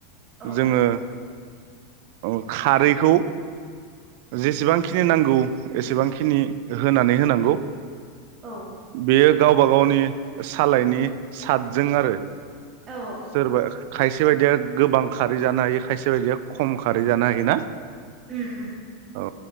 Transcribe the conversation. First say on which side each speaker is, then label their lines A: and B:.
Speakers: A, on the right; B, on the right.
A: अ औ
B: जोङो ओ खारैखौ जेसेबांखिनि नांगौ एसेबांखिनि होनानै होनांगौ।
A: औ
B: बेयो गावबा गावनि सालायनि सादजों आरो
A: औ
B: सोरबा खायसे बायदिया गोबां खारै जानो हायो खायसे बायदिया खम खारै जानो हायो ना।
A: उम उम।
B: औ